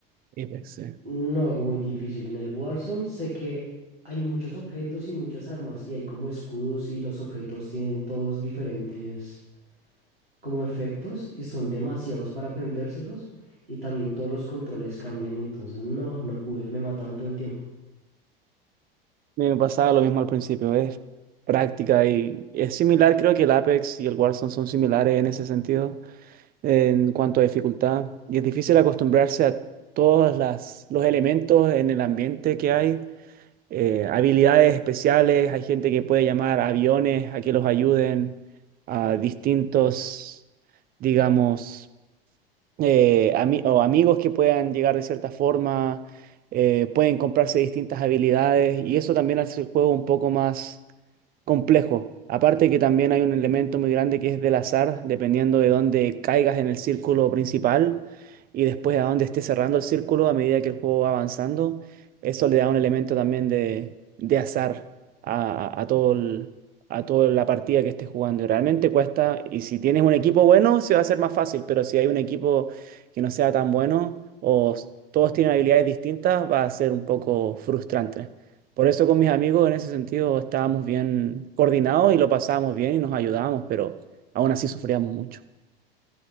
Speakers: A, on the right; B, on the right.
A: Apex, sí.
B: No, muy difícil. En el Warzone sé que hay muchos objetos y muchas armas y hay como escudos y los objetos tienen todos diferentes como efectos y son demasiados para aprendérselos y también todos los controles cambian, entonces no, no pude, me mataban todo el tiempo.
A: Me pasaba lo mismo al principio, es práctica y es similar, creo que el Apex y el Warzone son similares en ese sentido, en cuanto a dificultad. Y es difícil acostumbrarse a todos las, los elementos en el ambiente que hay eh, habilidades especiales, hay gente que puede llamar a aviones a que los ayuden, a distintos, digamos, eh, ami- o amigos que puedan llegar de cierta forma, eh, pueden comprarse distintas habilidades y eso también hace el juego un poco más complejo. Aparte que también hay un elemento muy grande que es del azar, dependiendo de dónde caigas en el círculo principal y después a dónde estés cerrando el círculo a medida que el juego va avanzando. Eso le da un elemento también de, de azar a, a- a todo el- a toda la partida que estés jugando. Y realmente cuesta, y si tienes un equipo bueno, se va a hacer más fácil, pero si hay un equipo que no sea tan bueno o s- todos tienen habilidades distintas, va a ser un poco frustrante. Por eso con mis amigos en ese sentido estábamos bien coordinados y lo pasábamos bien y nos ayudábamos, pero aún así sufríamos mucho.